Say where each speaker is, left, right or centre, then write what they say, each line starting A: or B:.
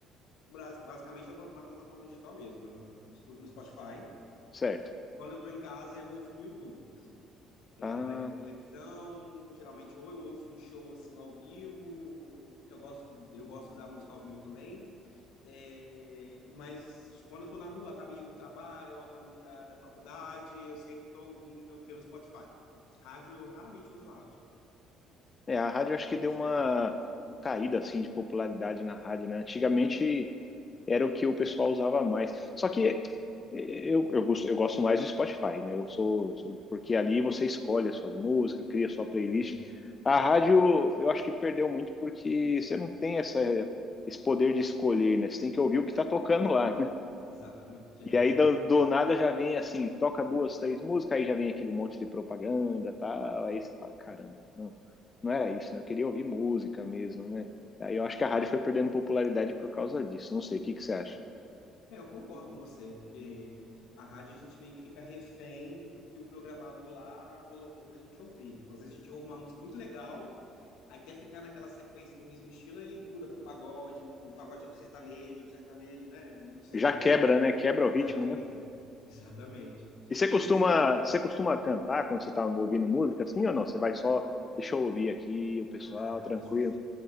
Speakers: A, on the left; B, on the left.
A: bras- basicamente na, pla- na plataforma digital mesmo. Eu escuto no Spotify.
B: Certo.
A: Quando eu estou em casa, eu ouço no YouTube, assim. Que
B: Ah,
A: aí eu conecto na televisão, geralmente ou eu ouço um show assim ao vivo, porque eu gosto, eu gosto da música ao vivo também. É, mas quando eu tô na rua, a caminho do trabalho, ou a caminho da, da faculdade, eu sempre estou ouvindo pelo Spotify. Rádio, eu raramente ouço rádio.
B: É, a rádio acho que
A: Você.
B: deu uma caída assim de popularidade na rádio, né? Antigamente era o que o pessoal usava mais. Só que eh, eu, eu gosto, eu gosto mais do Spotify, né? Eu sou, sou- porque ali você escolhe a sua música, cria a sua playlist.
A: É verdade.
B: A rádio eu acho que perdeu muito porque você não tem essa, esse poder de escolher, né? Você tem que ouvir o que está tocando lá.
A: Exatamente, é
B: E aí
A: verdade.
B: do, do nada já vem assim, toca duas, três músicas, aí já vem aquele monte de propaganda, tal, aí você fala, caramba, não, não era isso, né? Eu queria ouvir música mesmo, né? Aí eu acho que a rádio foi perdendo popularidade por causa disso. Não sei, o que que você acha?
A: É, eu concordo com você, porque a rádio a gente meio que fica refém do que o programador lá colocou pra gente ouvir. Então, às vezes a gente ouve uma música muito legal, aí quer ficar naquela sequência do mesmo estilo e muda para um pagode, do pagode para sertanejo, do sertanejo, né? Não sei,
B: Já quebra, né? Quebra o ritmo,
A: já quebra.
B: né?
A: <laughs> Exatamente.
B: E você
A: E
B: costuma,
A: assim,
B: você costuma cantar quando você tá ouvindo música assim ou não? Você vai só, deixa eu ouvir aqui o pessoal,
A: caraca,
B: tranquilo.
A: meus vizinhos.